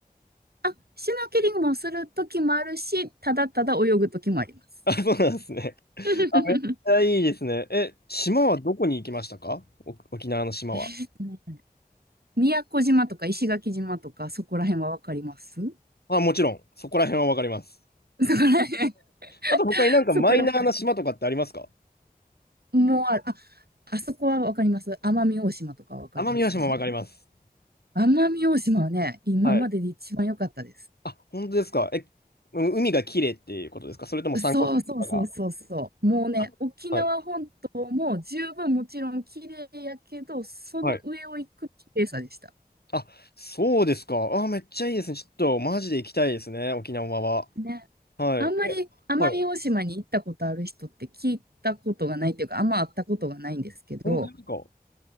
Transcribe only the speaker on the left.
あ、そうなんですね。あ、
めっちゃいいですね。え、島はどこに行きましたかお沖縄の島は。
あ、もちろん、そこら辺はわかります。
あと他になんかマイナーな島とかってありますか
奄美大島もわかります。
はい。あ、本当ですか。え、う海が綺麗っていうことですかそれとも参考書とかが。
あはい。
はい。あ、そうですか。あ、めっちゃいいですね。ちょっとマジで行きたいですね、沖縄は。
はい。
えはい。
本当ですか。